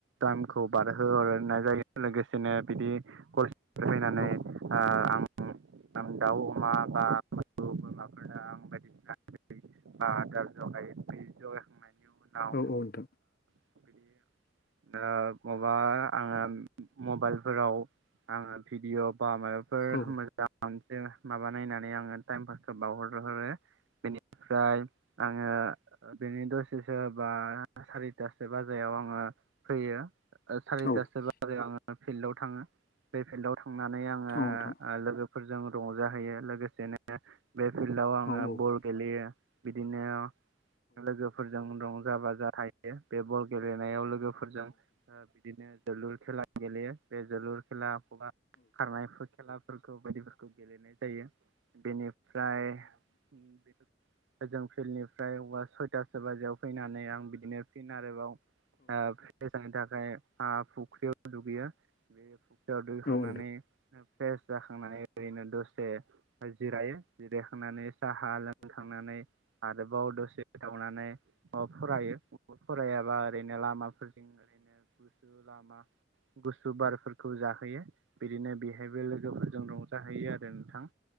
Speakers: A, on the right; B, on the left.
A: दामखौ बारहोरनाय जायो लोगोसेनो बिदि कलेजनिफ्राय फैनानै
B: औ
A: ओ आं उम आं दाउ अमा बा मोसौ बोरमाफोरनो आं बायदिसिना आदार होयो। ओ आदार जगायो बे जगाखांनायनि उनाव
B: औ नोंथां औ औ नोंथां <inaudible>
A: ओ बिदि ओ माबा आङो मबाइलफोराव आङो भिडिअ' बा माबाफोर
B: औ
A: मोजांसै माबा नायनानै आङो टाइम पासखौ बावहरोहरो बेनिफ्राय आङो बेनि दसेसो बा सारिथासो बाजायाव आङो फैयो। <unintelligible> सारिथासो
B: औ नोंथां औ नोंथां
A: बाजै आङो फिल्डाव थाङो बे फिल्डाव थांनानै आङो
B: औ औ नोंथां औ नोंथां औ नोंथां औ
A: लोगो फोरजों रंजाहैयो लोगोसेनो बे फिल्डाव आङो
B: औ नोंथां
A: बल गेलेयो। बिदिनो लोगोफोरजों रंजा बाजा थायो। बे बल गेले नायाव लोगोफोरजों बिदिनो जोलुर खेला गेलेयो बे जोलुर खेला बा खारनाय खेलाफोरखौ बायदिफोरखौ गेलेनाय जायो। बेनि फ्राय बे ओजों फिल्डनिफ्राय सयतासो बाजियाव फैनानै आं बिदिनो फिन आरोबाव ओ फ्रेस जानो थाखाय आ फुख्रियाव दुगैयो। बे याव दैखांनानै
B: औ
A: फ्रेस जाखांनानै ओरैनो दसे जिरायो जिरायखांनानै साहा लोंखां आरोबाव दसे थावनानै फरायो फरायाबा ओरैनो लामाफोरजों ओरैनो गुसु लामा गुसु बारफोरखौ जाहोयो। बिदिनो बे बेहायबो लोगोफोरजों रंजाहैयो आरो नोंथां।